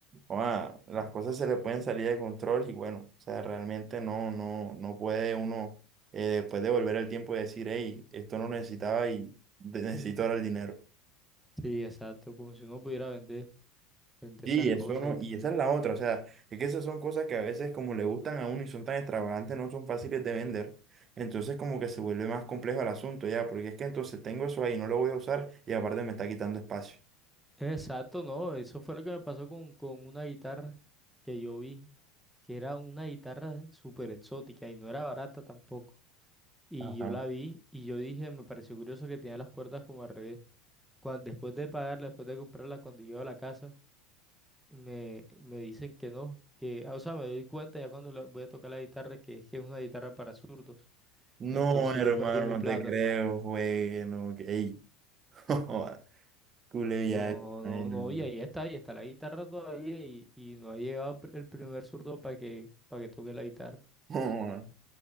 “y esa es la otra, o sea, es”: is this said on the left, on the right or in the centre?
Right